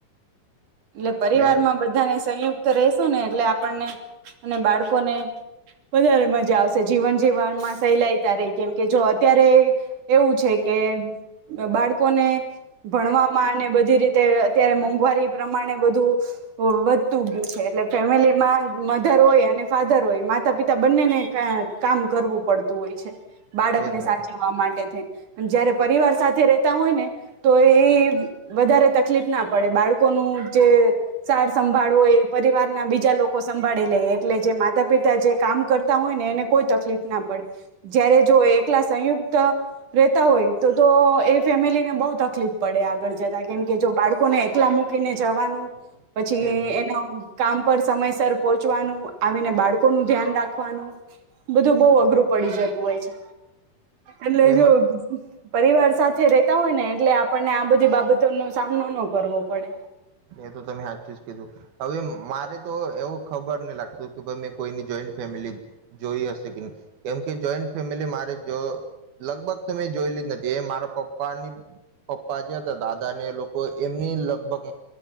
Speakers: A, on the right (about 60°); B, on the right (about 85°).
A: એટલે પરિવાર
B: મેન
A: માં બધાને સયુક્ત રશું ને એટલે આપણને અને બાળકોને વધારે મજા આવશે જીવન જીવનમાં સહેલાયતા રે કેમકે જો અત્યારે એવું છે કે બાળકોને ભણવામાં અને બધી રીતે અત્યારે મોંઘવારી પ્રમાણે બધું વધતું ગયું છે એટલે ફેમિલીમાં મધર હોય અને ફાધર હોય માતા પિતા બંનેને કામ કરવું પડતું હોય છે. બાળકને
B: એજ ને
A: સાચવવા માટે થ જયારે પરિવાર સાથે રેતા હોય ને તો એ વધારે તકલીફ ના પડે બાળકો જે સાર સંભાળવો એ પરિવારના બીજા લોકો સંભાળી લે એટલે જે માતા પિતા જે કામ કરતા હોય ને એને કોઈ તકલીફ ના પડે જય્યારે જો એકલા સંયુક્ત રેતા હોય તો તો એ ફેમિલીને બહુ તકલીફ પડે આગળ જતા કેમકે જો બાળકોને એકલા મુક્ત કેને જવાનું પછી
B: એજ ને
A: એના કામ પર સમયસર પહોંચવાનું આવીને બાળકો નું ધ્યાન રાખવાનું બધું બહુ અઘરું પડી જતું હોય છે. એટલે
B: એમાં
A: જો પરિવાર સાથે રેતા હોય ને એટલે આપણને આ બધી બાબતો નો સામનો ન કરવો પડે.
B: એ તો તમે હાથ ચુઝ કીધું. હવે મારે તો એવું ખબર નહી લાગતું કે ભ મેં કોઈની જોઈન્ટ ફેમિલી જોઈ હશે કે નહી કેમકે જોઈન્ટ ફેમિલી મારે જો લગભગ મેં જોયેલી જ નથી એ મારા પપ્પાની પપ્પા જે હતા દાદાને એ લોકો એમની લગભગ